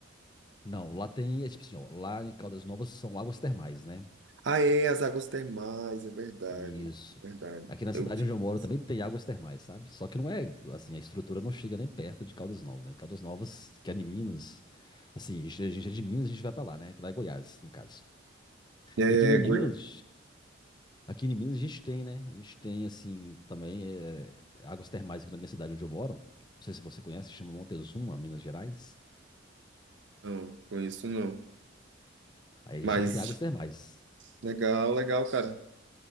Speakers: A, on the left; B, on the right.
A: não, lá tem é tipo assim, ó, lá em Caldas Novas são águas termais, né?
B: Ah, é, as águas termais, é verdade.
A: Isso.
B: Verdade.
A: Aqui na
B: Eu
A: cidade
B: tinha
A: onde eu
B: esquecido.
A: moro também tem águas termais, sabe? Só que não é, assim, a estrutura não chega nem perto de Caldas Novas, né? Caldas Novas, que é em Minas, assim, a gente, a gente é de Minas, a gente vai pra lá, né? Que lá é Goiás, no caso.
B: É,
A: E aqui em Minas,
B: Goi-
A: aqui em Minas a gente tem, né? A gente tem, assim, também é, águas termais aqui na minha cidade onde eu moro. Não sei se você conhece, chama Montezuma, Minas Gerais.
B: não, conheço não.
A: Aí a gente
B: Mas
A: também tem águas termais.
B: legal, legal, cara.